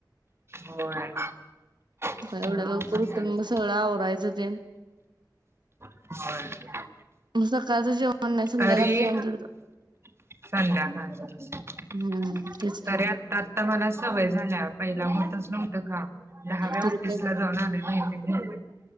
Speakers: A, on the right; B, on the right.
A: होय. सहा
B: एवढ्या लवकर
A: बसायचं
B: उठुन मग सगळं आवरायचं तेन.
A: होय.
B: म सकाळचं जेवण नाही संध्याकाळचं
A: तरी
B: जेवण केलत.
A: संध्याकाळच.
B: हम्म तेच
A: तरी
B: की
A: आत्ता आत्ता मला सवय झाल्या पहिला होतच नव्हतं काम. दहाव्या
B: तरी
A: ऑफिसला
B: काय
A: जाऊन आले माहिती